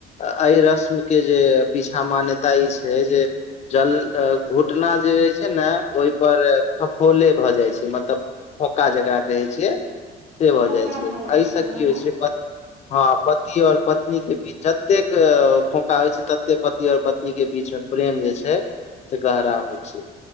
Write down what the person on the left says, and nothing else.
अइ रस्म केँ जे पीछा मान्यता ई छै जे जल्द घुटना जे रहे छै न ओइपर फफोले भऽ जाइ छै मतलब फौका जकरा कहै छियै से भऽ
जाइ छै
अइ स
की होइ छै हऽ पति और पत्नी केँ बीच जतेक फोका होइ छै तते पति और पत्नी केँ बीच प्रेम जे छै से गहरा होइ छै